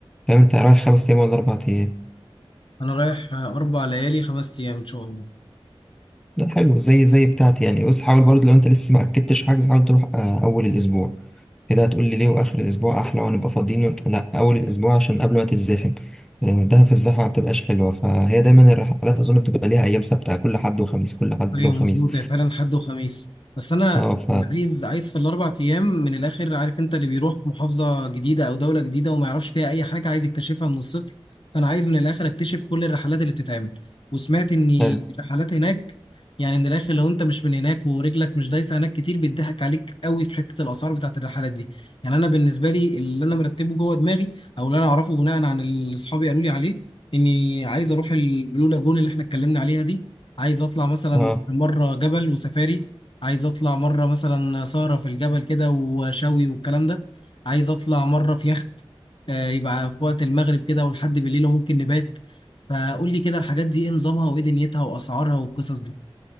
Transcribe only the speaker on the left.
انا رايح آه، اربع ليالي خمس ايام ان شاء الله
ايوه
مظبوط هي فعلا حد وخميس بس انا
عايز عايز في الاربع ايام من الاخر عارف انت اللي بيروح في محافظه جديده او دوله جديده وما يعرفش فيها اي حاجه عايز يكتشفها من الصفر فانا عايز من الاخر اكتشف كل الرحلات اللي بتتعمل وسمعت ان
الرحلات هناك يعني من الاخر لو انت مش من هناك ورجلك مش دايسه هناك كتير بيضحك عليك قوي في حته الاسعار بتاعت الرحلات دي يعني انا بالنسبه لي اللي انا مرتبه جوه دماغي او اللي انا اعرفه بناء عن اللي اصحابي قالوا لي عليه اني عايز اروح البلو لاجون اللي احنا اتكلمنا عليها دي عايز اطلع مثلا
مره جبل وسفاري عايز اطلع مره مثلا سهره في الجبل كده وشوي والكلام ده عايز اطلع مره في يخت آه، يبقى في وقت المغرب كده ولحد بالليل وممكن نبات فقول لي كده الحاجات دي ايه نظامها وايه دنيتها واسعارها والقصص